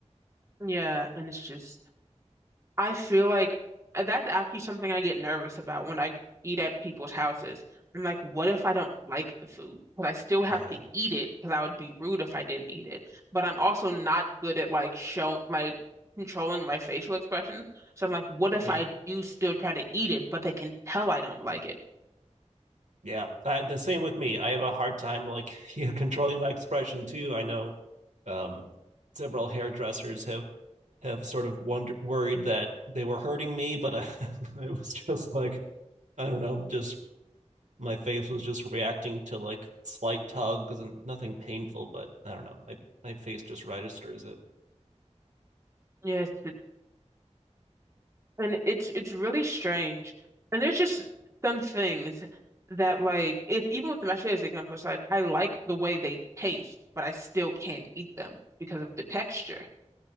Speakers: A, on the right; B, on the right.
A: Yeah. And it's just, I feel like uh, that's actually something I get nervous about when I eat at people's houses. I'm like, what if I don't like the food? But I still have
B: yeah
A: to eat it because I would be rude if I didn't eat it. But I'm also not good at like show like controlling my facial expressions. So I'm like, what if
B: yeah
A: I do still try to eat it, but they can tell I don't like it?
B: yeah uh, the same with me i have a hard time like <laughs> yeah controlling my expression too i know um several hairdressers have have sort of wonder, worried that they were hurting me but I, <laughs> it was just like i don't know just my face was just reacting to like slight tugs and nothing painful but i don't know my my face just registers it
A: Yes, And it's it's really strange. And there's just some things that like if even with the mashed potatoes example, it's like I like the way they taste, but I still can't eat them because of the texture.